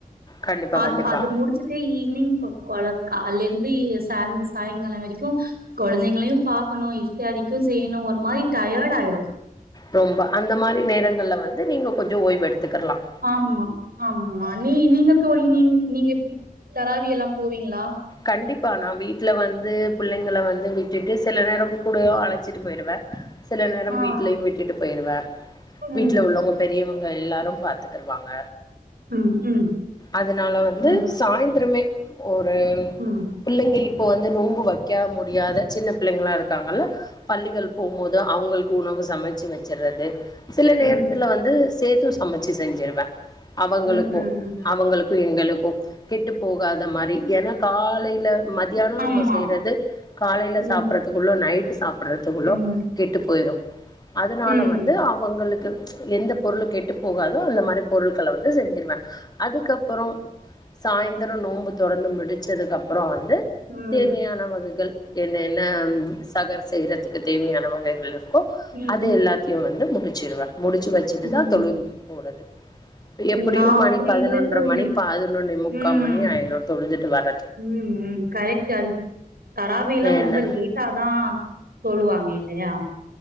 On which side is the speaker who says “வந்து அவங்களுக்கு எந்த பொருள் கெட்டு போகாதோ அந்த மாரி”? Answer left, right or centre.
Left